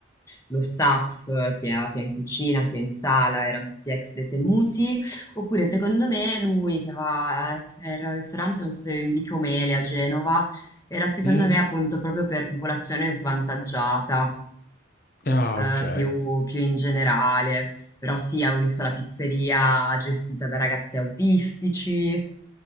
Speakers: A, on the left; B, on the left.
A: lo staff, eh, sia, sia in cucina sia in sala, erano tutti ex detenuti, oppure secondo me lui che va, era al ristorante, non so se in Vico Mele a Genova, era secondo
B: mm.
A: me appunto proprio per popolazione svantaggiata,
B: Ah,
A: eh,
B: ok.
A: più, più in generale. Però sì, avevo visto la pizzeria gestita da ragazzi autistici.